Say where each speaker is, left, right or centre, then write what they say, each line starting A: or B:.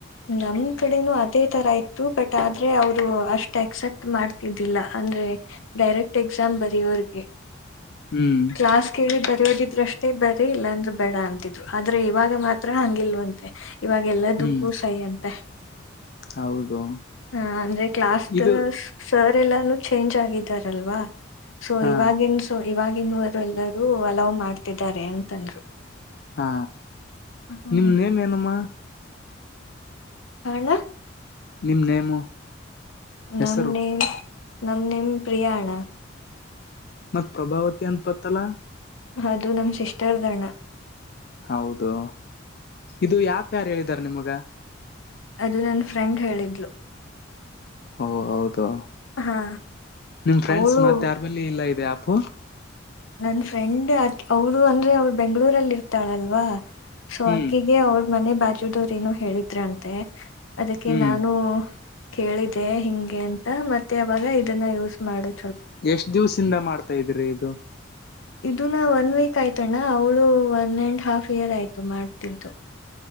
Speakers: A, on the left; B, on the left.
A: ನಮ ಕಡೆನೂ ಅದೇ ತರ ಇತ್ತು ಬಟ್ ಆದ್ರೆ ಅವರು ಅಷ್ಟು ಅಕ್ಸೆಪ್ಟ್ ಮಾಡ್ತಿದ್ದಿಲ್ಲ ಅಂದ್ರೆ ಡೈರೆಕ್ಟ್ ಎಕ್ಸಾಮ್ ಬರೋರ್ಗೆ
B: ಹ್ಮ್
A: ಕ್ಲಾಸ್ ಕೇಳಿ ಬರೆಯೋದ ಷ್ಟೇ ಬರ ಇಲ್ಲಾಂದ್ರ ಬೇಡ ಅಂತಿದ್ರು ಆದ್ರೆ ಇವಾಗ ಮಾತ್ರ ಹಂಗಿಲ್ವಂತೆ ಕವಾಗಲ್ಲ
B: ಹ್ಮ್
A: ದುಃ ಕೂ ಸೈ ಅಂತೆ
B: ಹೌದು
A: ಹ ಅಂದ್ರೆ ಕ್ಲಾಸ್
B: ಇದು
A: ಸರ್ ಎಲ್ಲಾನು ಚೇಂಜ್ ಆಗಿದ್ದಾರಲ್ವಾ ಸೊ
B: ಹಾ
A: ಇವಾಗಿನ್ಸೊ ಇವಾಗಿನವರು ಎಲ್ಲರೂ ಅಲವ್ ಮಾಡ್ತಿದ್ದಾರೆ ಅಂತಂದ್ರು
B: ಹಾ
A: ಹ್ಮ್
B: ನಿಮ ನೇಮ್ ಏನಮ್ಮ
A: ಹ್ಣ
B: ನಿಮ ನೇಮು ಹೆಸರು
A: ನಮ್ಮನೆ ನಮ್ ನಿಮ್ ಪ್ರಿಯಾಣ
B: ಮತ್ತ್ ಪ್ರಭಾವತಿ ಅನ್ಪತ್ತಲ್ಲ
A: ಅೌದು ನಮ ಸಿಸ್ಟರ್ ಗಣ
B: ಹೌದು ಅದು ಇದು ಯಾಪ ಯಾರು ಹೇಳಿದಾರ ನಿಮ್ಗ
A: ಅದು ನನ್ನ ಫ್ರೆಂಡ್ ಹೇಳಿದ್ಲು
B: ಓ ಹೌದು
A: ಹಾ
B: ನಿಮ್ ಫ್ರೆಂಡ್ಸ್
A: ಅವಳು
B: ಮತ್ತ ಯಾರ ಮಲ್ಲಿ ಇಲ್ಲ ಇದೆ ಅಪ್ಪ
A: ನನ್ ಫ್ರೆಂಡ್ ಅವರು ಅಂದ್ರೆ ಅವರು ಬೆಂಗ್ಗಳೂರಲ್ಲಿ ಇರ್ತಾಳಲ್ವಾ ಸೊ
B: ಹ್ಮ್
A: ಅಕ್ಕಿಗೆ ಅವ್ರ ಮನೆ ಬ ುಡೋರ್ ಏನು ಹೇಳಿದ್ರಂತೆ ಅದಕ್ಕೆ
B: ಹ್ಮ್
A: ನಾನು ಕೇಳಿದೆ ಹಿಂಗೆ ಅಂತ ಮತ್ತೆ ಅವಾಗ ಇದನ್ನ ಯೂಸ್ ಮಾಡುದು
B: ಎಷ್ಟ್ ದಿವ್ಸಿಂದ ಮಾಡ್ತ ತ ಇದ್ರಿ ಇದು
A: ಇದನ ಒನ್ ವೀಕ್ ಆಯ್ತಣ್ಣ ಅವಳು ಒನ್ ಅಂಡ್ ಹಾಫ್ ಇಯರ್ ಆಯ್ತು ಮಾಡ್ತಿದ್ದು